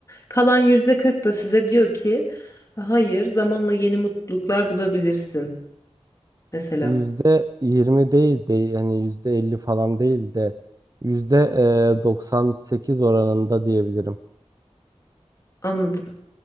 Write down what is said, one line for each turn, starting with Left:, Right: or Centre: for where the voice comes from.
Left: kalan yüzde 40 da size diyor ki hayır zamanla yeni mutluluklar bulabilirsin mesela.
Right: Yüzde yirmi değil de yani yüzde elli falan değil de yüzde e, 98 oranında diyebilirim.
Left: Anladım.